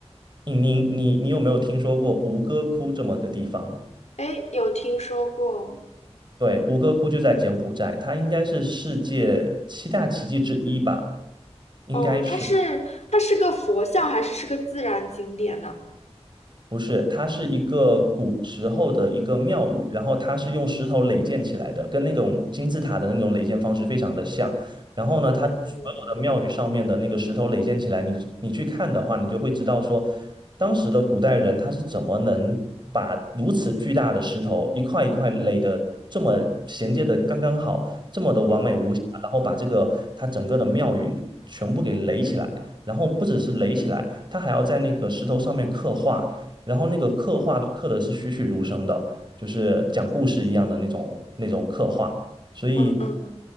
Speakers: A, on the right; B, on the left.
A: 你你你你有没有听说过吴哥窟这么个地方？
B: 哎，有听说过。
A: 对，吴哥窟就在柬埔寨，它应该是世界七大奇迹之一吧，应该是。
B: 哦，它是它是个佛像还是是个自然景点呢？
A: 不是，它是一个古时候的一个庙宇，
B: 嗯，
A: 然后它是用石头垒建起来的，跟那种金字塔的那种垒建方式非常的像。然后呢，
B: 哦，
A: 它所有的庙宇上面的那个石头垒建起来，你你去看的话，你就会知道说，当时的古代人他是怎么能把如此巨大的石头一块一块垒的这么衔接的刚刚好，这么的完美无瑕，
B: 嗯
A: 然后把这个它整个的庙宇全部给垒起来，然后不只是垒起来，它还要在那个石头上面刻画。然后那个刻画都刻的是栩栩如生的，
B: 嗯
A: 就是讲故事一样的那种那种刻画，所以，
B: 嗯嗯，